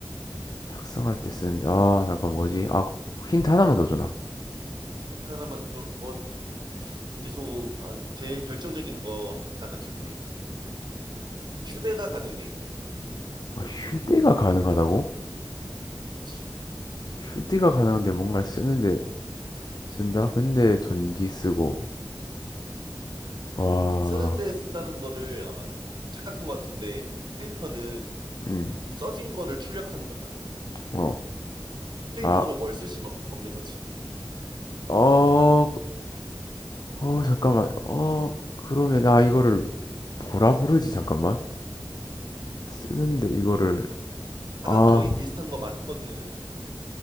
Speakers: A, on the left (about 55°); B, on the right (about 65°).
A: 작성할 때 쓰는데, 아, 잠깐 뭐지? 아, 힌트 하나만 더 주나?
B: 힌트 하나만 더 줘. 뭐, 이제 또, 아, 제일 결정적인 거 힌트 하나 줄게. 휴대가 가능해.
A: 아, 휴대가 가능하다고?
B: 그치.
A: 휴대가 가능한데 뭔가를 쓰는데 쓴다? 근데 전기 쓰고. 와,
B: 쓰는데 쓴다는 거를 아마 좀 착각한 것 같은데, 프린터는
A: 음,
B: 써진 거를 출력하는 거잖아.
A: 어.
B: 프린터로
A: 아,
B: 뭘 쓸 수는 없- 없는 거지.
A: 어, 어, 잠깐만. 어, 그러면, 아, 이거를 뭐라 부르지? 잠깐만. 쓰는데 이거를,
B: 아까
A: 아,
B: 거의 비슷한 거 말했거든.